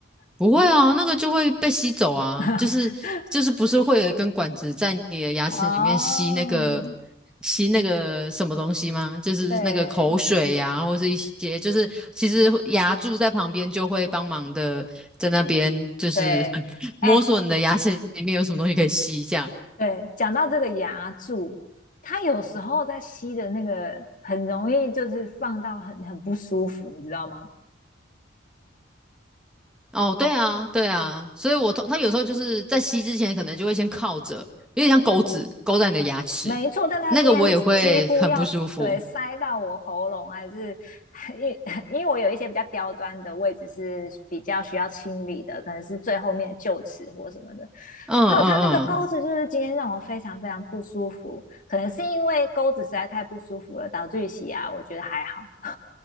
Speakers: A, in the centre; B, on the left (about 45°).
A: 不会啊，那个就会被吸走啊，
B: <laughs>
A: 就是就是不是会有一根管子在你的牙齿里面吸那个
B: 哦，
A: 吸那个什么东西吗？就是那个口水呀、
B: 对
A: 或是一些就是其实牙柱在旁边就会帮忙的在那边就是
B: 对，
A: <laughs>
B: 哎、
A: 摸索你的牙齿里面有什么东西可以吸这样。
B: 对，讲到这个牙柱，它有时候在吸的那个很容易就是放到很很不舒服，你知道吗？
A: 哦，对啊，对啊，所以我通他有时候就是在吸之前可能就会先靠着，有点像钩子勾在你的牙齿，
B: 对，没错，但它今天几乎要对塞到我喉咙，
A: 那个我也会很不舒服。
B: 还是 <laughs> 因为因为我有一些比较刁钻的位置是比较需要清理的，可能是最后面的臼齿或什么的。
A: 嗯嗯嗯。
B: 还有它那个钩子，就是今天让我非常非常不舒服，可能是因为钩子实在太不舒服了，导致于洗牙，我觉得还好。